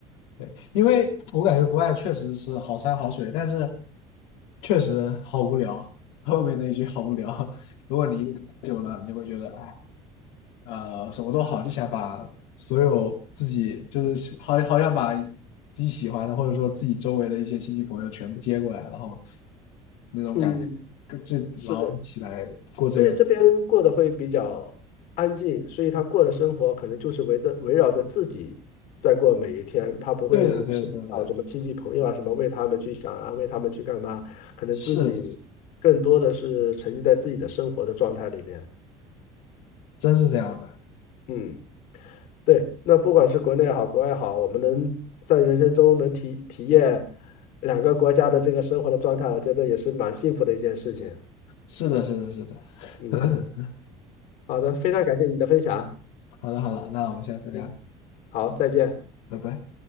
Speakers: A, on the left (about 85°); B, on the left (about 60°).
A: 对，因为我感觉国外确实是好山好水，但是确实好无聊。后面那一句好无聊，<laughs> 如果你一个人待久了，你会觉得哎。呃什么都好，就想把所有自己就是好好想把自己喜欢的或者说自己周围的一些亲戚朋友全部接过来，然后那种感觉，
B: 嗯，
A: 跟这然后一起来过这边。
B: 是。所以这边过得会比较安静，所以他过的生活可能就是围着围绕着自己在过每一天，他不会涉及到什么亲戚朋友啊，
A: 对的，对的，对的，
B: 什么为他们去想啊，为他们去干嘛，可能自己更多的是沉浸在自己的生活的状态里面。
A: 是，真是这样的，
B: 嗯，对，那不管是国内也好，国外也好，我们能在人生中能体体验两个国家的这个生活的状态，我觉得也是蛮幸福的一件事情。
A: 是的，是的，是的。
B: 嗯
A: <laughs>
B: 好的，非常感谢你的分享。
A: 好的，好的，那我们下次聊，
B: 嗯，好，再见。
A: 拜拜。